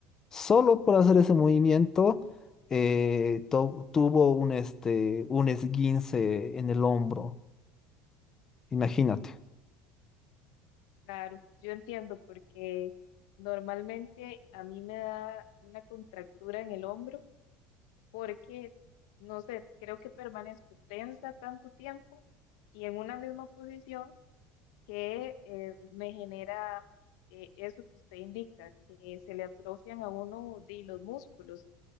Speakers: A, on the left; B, on the left.
A: Solo por hacer ese movimiento eh, to- tuvo un, este, un esguince en el hombro. Imagínate.
B: claro, yo entiendo porque normalmente a mí me da una contractura en el hombro porque, no sé, creo que permanezco tensa tanto tiempo y en una misma posición que eh, me genera eh, eso que usted indica, que se le atrofian a uno de los músculos.